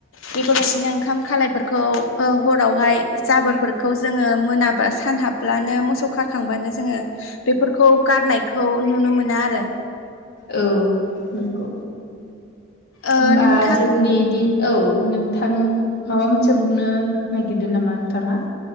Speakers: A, on the left (about 75°); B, on the left (about 50°).
A: बेफोरबादिनो ओंखाम खालायफोरखौ हरावहाय जाबोर जोङो मोनाबा सान हाब्लानो मोसौ खाखांबानो जोङो बेफोरखौ गारनायखौ नुनो मोनो ना आरो
B: औ नंगौ
A: ओ
B: होनबा
A: नोंथां
B: जोंनिदि औ नोंथां माबा मोनसे बुंनो नागिरदों नामा नोंथाङा।